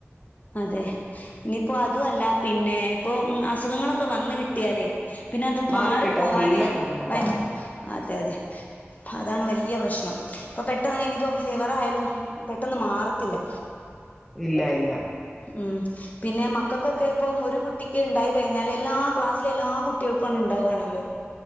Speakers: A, on the left; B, in the centre.
A: അതെ ഇനിയിപ്പോ അതു അല്ല പിന്നെ ഇപ്പൊ മ് അസുഖങ്ങളൊക്കെ വന്ന് കിട്ടിയാലേ പിന്നെ അത്
B: മാറിക്കിട്ടാൻ
A: മാറി പോവാന്
B: നല്ല ബുദ്ധിമുട്ടാ
A: ഭയ അതെ അതെ അതാണ് വല്ല്യ പ്രശ്നം ഇപ്പൊ പെട്ടെന്ന് ഇനിയിപ്പോ ഫീവർ ആയാലും പെട്ടെന്ന് മാറത്തില്ല
B: ഇല്ല ഇല്ല
A: ഉം പിന്നെ മക്കക്കൊക്കെ ഇപ്പം ഒരു കുട്ടിക്ക് ഇണ്ടായി കഴിഞ്ഞാല് എല്ലാ ക്ലാസ്സിലെ എല്ലാ കുട്ടികൾക്കും അണിണ്ടാവാണല്ലോ